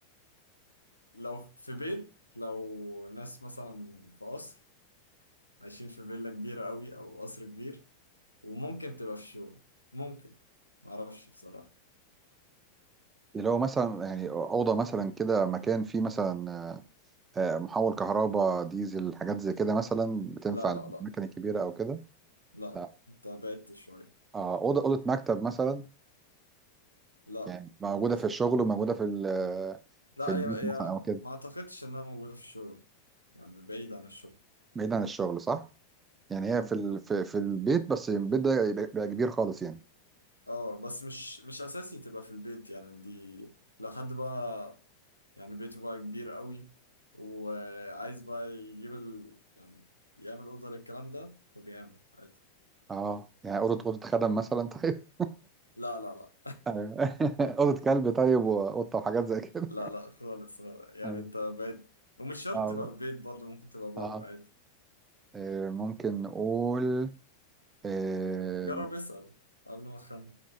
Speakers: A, on the left (about 85°); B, on the right (about 20°).
A: لو في بيت لو ناس مثلا في قصر عايشين في فيلا كبيرة قوي أو قصر كبير وممكن تبقى في شغل ممكن معرفش بصراحة
B: اللي هو مثلا يعني أوضة مثلا كده مكان فيه مثلا آه، آه، محول كهرباء ديزل حاجات زي كده مثلا بتنفع
A: لا لا
B: للأماكن
A: لا
B: الكبيرة أو كده
A: لا لا
B: لا
A: أنت بعدت شوية
B: آه، أوضة أوضة مكتب مثلا
A: لا
B: يعني موجودة
A: برضه
B: في الشغل وموجودة في ال-
A: لا
B: في البيت
A: هي
B: مثلا
A: هي
B: أو كده
A: ما أعتقدش إنها موجودة في الشغل يعني بعيد عن الشغل
B: بعيد عن الشغل صح؟ يعني هي في ال- في في البيت بس البيت ده يبقى يبقى كبير خالص يعني
A: اه بس مش مش اساسي تبقى في البيت يعني دي لو حد بقى يعني بيته بقى كبير قوي وعايز بقى يجيب ال... يعني يعمل اوضه للكلام ده فبيعمل عادي
B: اه يعني أوضة أوضة خدم مثلا طيب
A: لا لا لا
B: <laughs> أيوة. <laughs> أوضة كلب طيب وقطة وحاجات زي كده
A: لا لا خالص يعني
B: ايوه
A: انت بقيت ومش شرط
B: اه
A: تبقى في بيت برضه ممكن تبقى بره
B: آه.
A: عادي
B: آه، ممكن نقول آه،
A: جرب اسأل قبل ما تخمن